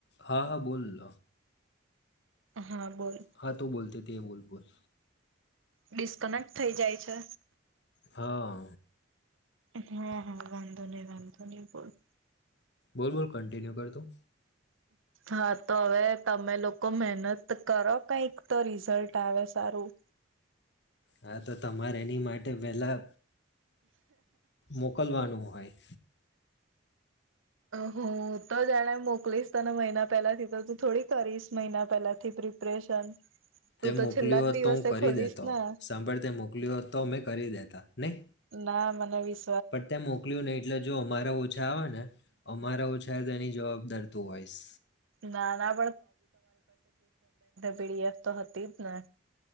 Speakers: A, on the left; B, on the right.
A: હા હા બોલ લ.
B: હા બોલ
A: હા તુ બોલતી હતી. તે બોલ બોલ.
B: ડિસ્કનેક્ટ થઈ જાય છે.
A: હા.
B: હા હા વાંધો નહી વાંધો નહીં બોલ.
A: બોલ બોલ કન્ટિન્યુ કર તું.
B: હા તો હવે તમે લોકો મહેનત કરો કઈક તો રિઝલ્ટ આવે સારું.
A: હા તો તમારે એની માટે વહેલા મોકલવાનું હોય.
B: હુ તો જાણે મોકલીશ તને મહિના પહેલા થી તો તું થોડી કરીશ મહિના પહેલાથી પ્રિપરેશન. તું
A: તે
B: તો
A: મોકલ્યુ
B: છેલ્લા જ
A: હતું
B: દિવસે
A: હું કરી
B: ખોલીશ
A: દેતો
B: ને
A: સાંભળી તે મોકલ્યો હતો મે કરી દેતા નહી.
B: ના મને વિસ
A: પણ તે મોકલ્યું નહી એટલે જો અમારા ઓછા આવે ને અમારા ઓછા. જા તારી જવાબદારતું હોઈશ.
B: ના ના પી ડી એફ તો હતી જ ને.